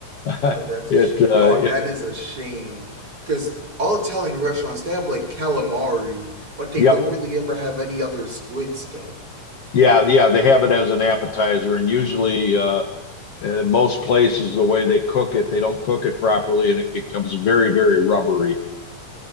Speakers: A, on the left; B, on the right.
A: <laughs>
B: Oh, that's a
A: It,
B: shame.
A: uh,
B: Oh,
A: it,
B: that is a shame. Because all Italian restaurants, they have like calamari, but they
A: yep,
B: don't really ever have any other squid stuff.
A: yeah, yeah. They have it as an appetizer, and usually, uh, uh, most places the way they cook it, they don't cook it properly, and it becomes very, very rubbery.